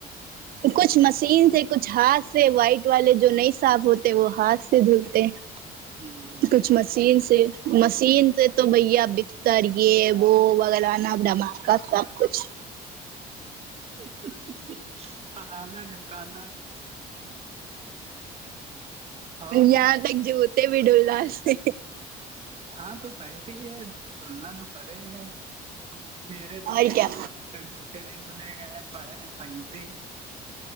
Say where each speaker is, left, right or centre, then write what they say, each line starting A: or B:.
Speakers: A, on the right; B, on the right.
A: کچھ مشین سے کچھ ہاتھ سے وائٹ والے جو نہیں صاف ہوتے وہ ہاتھ سے دھلتے
B: <inaudible>
A: کچھ مشین سے مشین سے تو بھیا بکتر یہ وہ وغلوانا اب ڈم کا سب کچھ
B: <inaudible> پلانا ڈمکانا ہاں
A: یہاں تک جتے بھی ڈولدال سے
B: ہاں تو صحی ہے دھلنا تو پڑے گا ہی میرے تو
A: اور
B: دیکھ
A: کیا
B: لو ابھی تک جوتے نہیں دھلے گئے ہیں پڑے ہیں پہنتے نہیں ہیں